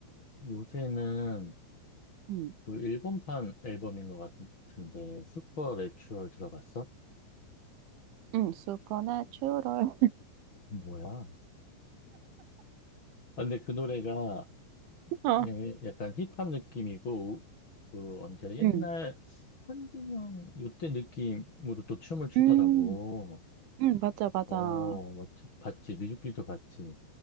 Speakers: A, on the left; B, on the right.
A: 요새는,
B: 응,
A: 그 일본판 앨범인 것 같은데 슈퍼 내추럴 들어봤어?
B: 응, 슈퍼내추럴.
A: 뭐야? 아, 근데 그 노래가
B: <laughs> 어.
A: 예, 약간 힙합 느낌이고 그 언제 옛날
B: 응.
A: 현진영 요때 느낌으로 또 춤을 추더라고.
B: 음, 음, 맞아, 맞아.
A: 어, 뭐, 봤지. 뮤직비디오 봤지.